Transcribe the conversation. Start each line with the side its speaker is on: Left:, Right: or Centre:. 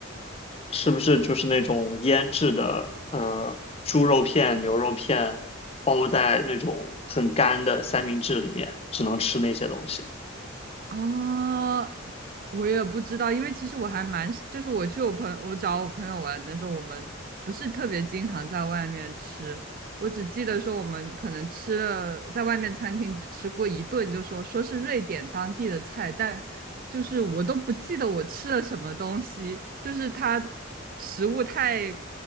Left: 是不是就是那种腌制的，呃，猪肉片、牛肉片包在那种很干的三明治里面，只能吃那些东西。
Right: 啊，我也不知道，因为其实我还蛮，就是我去我朋我找我朋友玩的时候，我们不是特别经常在外面吃，我只记得说我们可能吃了在外面餐厅只吃过一顿，就说说是瑞典当地的菜，但就是我都不记得我吃了什么东西，就是它食物太